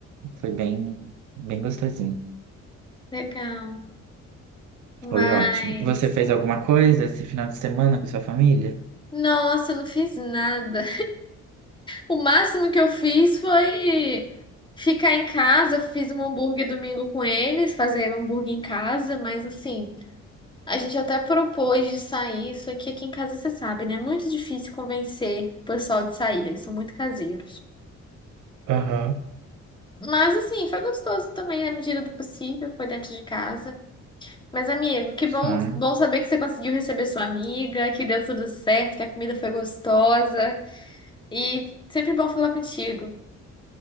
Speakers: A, on the right; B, on the left.
A: Foi bem, bem gostosinho.
B: Legal. Mas,
A: Foi ótimo. Você fez alguma coisa esse final de semana com sua família?
B: nossa, eu não fiz nada. O máximo que eu fiz foi ficar em casa. Fiz um hambúrguer domingo com eles, fazer hambúrguer em casa, mas assim, a gente até propôs de sair. Isso aqui, aqui em casa você sabe, né? É muito difícil convencer o pessoal de sair, eles são muito caseiros.
A: Aham.
B: Mas assim, foi gostoso também, na medida do possível, foi dentro de casa. Mas, amigo, que bom,
A: Ah,
B: bom saber que você conseguiu receber sua amiga, que deu tudo certo, que a comida foi gostosa. E sempre bom falar contigo.